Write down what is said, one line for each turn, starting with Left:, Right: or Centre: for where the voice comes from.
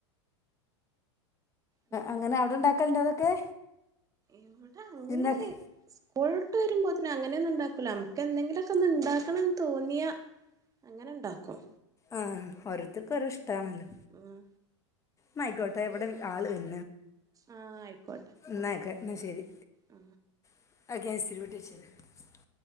Right: ഉ പിന്നെ
Left: അങ്ങനെ അവിടെ ഉണ്ടാക്കലുണ്ട് അതൊക്കെ
Right: ഇവിടെ അങ്ങനെ?
Left: ഉണ്ടാക്ക
Right: പുഴട്ട് വരുമ്പോ അ തന്നെ അങ്ങനെയൊന്നും ഉണ്ടാക്കൂല നമക്ക് എന്തെങ്കിലുമൊക്കെ ണ്ടാക്കണംന്ന് തോന്നിയ അങ്ങനെ ഉണ്ടാക്കും.
Left: ആഹ ഓരോർത്തർക്ക ഓരോ ഇഷ്ടണല്ലോ
Right: ഉം
Left: ന്നയ്ക്കോട്ടെ എവിടെ ആള് വ
Right: ആഹ ആയിക്കോട്ടെ.
Left: എന്നായിക്കോട്ടെ എന്നാൽ ശരി
Right: ഉ
Left: <unintelligible>